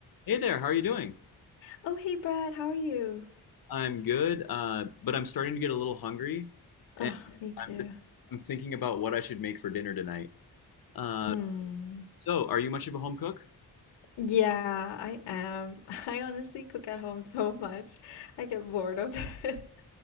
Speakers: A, on the left; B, on the left.
A: Hey there, how are you doing?
B: Oh, hey Brad, how are you?
A: I'm good, uh, but I'm starting to get a little hungry, and
B: Ugh, me too.
A: I'm just, I'm thinking about what I should make for dinner tonight. Uh,
B: Mm.
A: so, are you much of a home cook?
B: Yeah, I am. <laughs> I honestly cook at home so much. I get bored of it. <laughs>